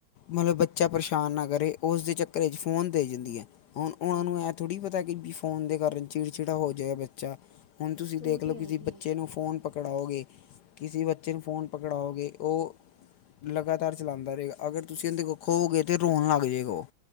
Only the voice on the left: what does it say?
ਮਤਲਬ ਬੱਚਾ ਪਰੇਸ਼ਾਨ ਨਾ ਕਰੇ, ਉਸਦੇ ਚੱਕਰ 'ਚ ਫ਼ੋਨ ਦੇ ਜਾਂਦੀਆ ਐ, ਹੁਣ ਉਹਨਾਂ
ਨੂੰ ਥੋੜ੍ਹੀ ਪਤਾ, ਕਿ ਵੀ ਫੋਨ ਦੇ ਕਾਰਨ ਚਿੜ- ਚਿੜਾ ਹੋ ਜਾਏਗਾ ਬੱਚਾ। ਹੁਣ ਤੁਸੀਂ ਦੇਖ
ਵੀ ਜੇ ਬੱਚੇ
ਨੂੰ ਫੋਨ ਪਕੜਾਓਗੇ, ਕਿਸੇ ਬੱਚੇ ਨੂੰ ਫੋਨ ਪਕੜਾਓਗੇ, ਉਹ ਲਗਾਤਾਰ ਚਲਾਉਂਦਾ ਰਹੇਗਾ, ਅਗਰ ਤੁਸੀਂ ਉਹਦੇ ਕੋਲ ਖੋ ਗਏ, ਤੇ ਰੋਣ ਲੱਗ ਜਾਏਗਾ, ਉਹ